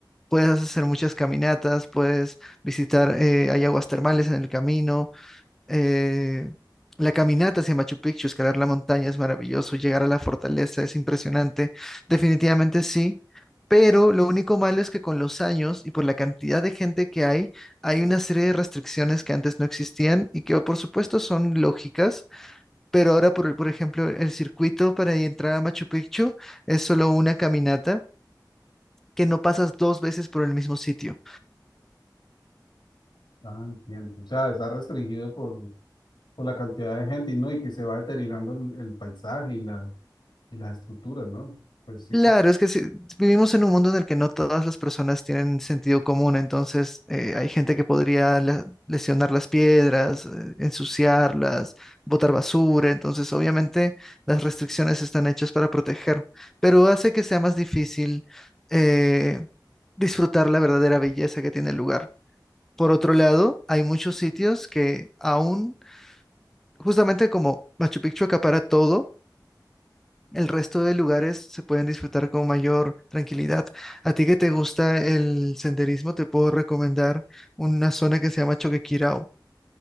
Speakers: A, in the centre; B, on the left.
A: Puedes hacer muchas caminatas, puedes visitar eh, hay aguas termales en el camino, eh, la caminata hacia Machu Picchu, escalar la montaña es maravilloso, llegar a la fortaleza es impresionante, definitivamente sí, pero lo único malo es que con los años y por la cantidad de gente que hay, hay una serie de restricciones que antes no existían y que por supuesto son lógicas, pero ahora por, por ejemplo el circuito para entrar a Machu Picchu es solo una caminata que no pasas dos veces por el mismo sitio.
B: Ah, entiendo. O sea, está restringido por, por la cantidad de gente, y ¿no? Y que se va deteriorando el, el paisaje y, la, y las estructuras, ¿no? Pues sí,
A: Claro,
B: como
A: es que sí, vivimos en un mundo en el que no todas las personas tienen sentido común, entonces eh, hay gente que podría la- lesionar las piedras, eh, ensuciarlas, botar basura, entonces obviamente las restricciones están hechas para proteger, pero hace que sea más difícil eh, disfrutar la verdadera belleza que tiene el lugar. Por otro lado, hay muchos sitios que aún, justamente como Machu Picchu acapara todo, el resto de lugares se pueden disfrutar con mayor tranquilidad. A ti que te gusta el senderismo, te puedo recomendar una zona que se llama Choquequirao,